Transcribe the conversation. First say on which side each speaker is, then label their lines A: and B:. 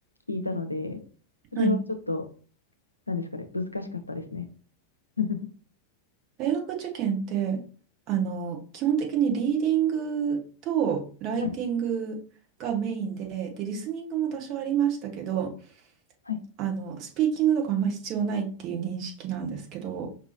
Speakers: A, on the left; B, on the right.
A: 聞いたので、それはちょっと、
B: はい。
A: なんですかね、難しかったですね。<laughs>
B: 大学受験って、あの、基本的にリーディングとライティングがメインで、
A: はい。
B: で、リスニングも多少ありましたけど、
A: はい。
B: あの、スピーキングとかあんま必要ないっていう認識なんですけど、